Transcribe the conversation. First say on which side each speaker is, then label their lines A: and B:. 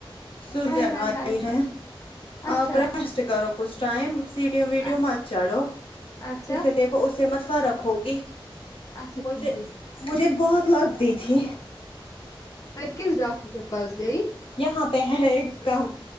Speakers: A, on the left; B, on the left.
A: سوجن
B: ہائے ہائے
A: آئی
B: ہائے
A: ہے
B: اچھا
A: آپ رسٹ کرو کچھ ٹائم ویڈیو
B: اچھا
A: مات چاڑھو
B: اچھا
A: اسے دیکھو اس سے مت فرق ہوگی
B: اچھا
A: مجھے
B: ٹھیک
A: مجھے بہت لگتی تھی
B: پر کس ڈاکٹر کے پاس گیی
A: یہاں پے ہے ایک کم